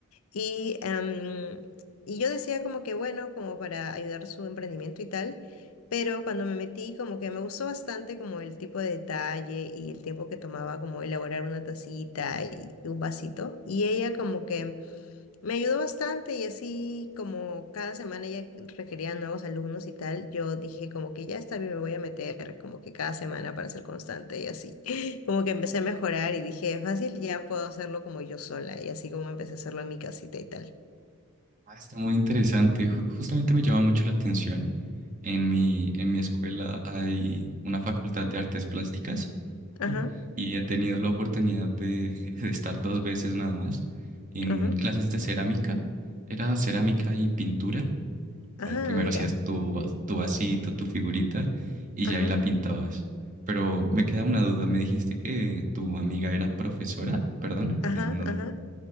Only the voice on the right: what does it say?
Ah, está muy interesante. Ju- justamente me llama mucho la atención. En mi, en mi escuela hay una facultad de artes plásticas
y he tenido la oportunidad de, <laughs> de estar dos veces nada más en
clases de cerámica. Era cerámica y pintura. sea,
primero
hacías tu, va- tu vasito, tu figurita y
ya ahí la pintabas. Pero me queda una duda, me dijiste que tu amiga era profesora, perdona,
no, no,